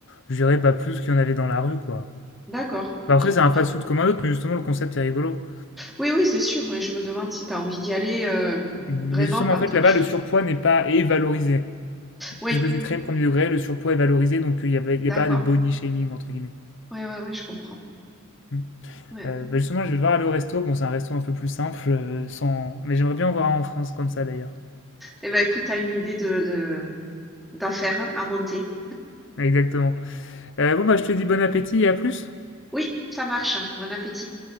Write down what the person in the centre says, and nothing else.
D'accord, ok.
Non.
Oui, oui, c'est sûr, mais je me demande si tu as envie d'y aller euh,
vraiment
quand
tu.
Oui,
d'accord.
Ouais, ouais, ouais, je comprends.
Ouais.
Eh ben écoute, t'as une idée de, de d'en faire un, à monter.
Oui, ça marche. Bon appétit.